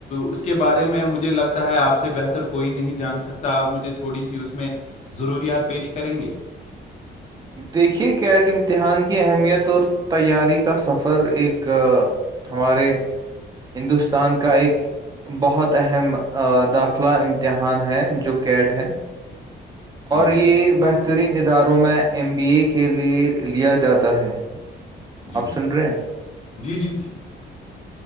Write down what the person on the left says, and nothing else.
اس کے بارے میں مجھے لگتا ہے آپ سے بہتر کوئی نہیں جان سکتا آپ مجھے تھوڑی سی اس میں ضروریات پیش کریں گے
جی
جی
جی
جی جی جی